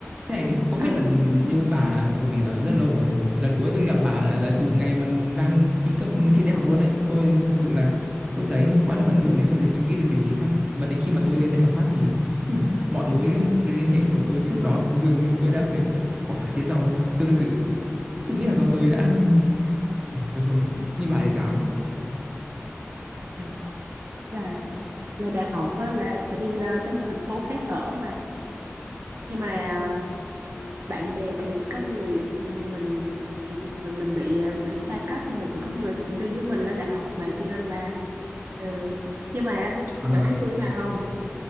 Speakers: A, on the right; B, on the right.
A: Thế này đi, không biết
B: ừ
A: là như bà bởi vì là rất lâu rồi. Lần cuối tôi gặp bà là, là từ ngày mình đang thi cấp thi đại học luôn đấy. Tôi thật sự là lúc đấy quá là bận rộn để có thể suy nghĩ được điều gì khác. Mà đến khi mà tôi lên đại học phát thì ừm, mọi mối liên hệ của tôi trước đó dường như tôi đã phải bỏ lại phía sau á. Tôi thật sự tôi nghĩ là do tôi đã ờ, tôi không như bà đấy giáo.
B: ừ. là là đại học á, là phải đi ờ, tới một thành phố khác ở mà nhưng mà bạn bè thì có người ừ, mình mình mình bị ờ, xa cách nhưng mà cũng có người thì cũng đi với mình lên đại học mà cho nên là ờ, nhưng mà
A: À,
B: bạn thấy tôi với bà không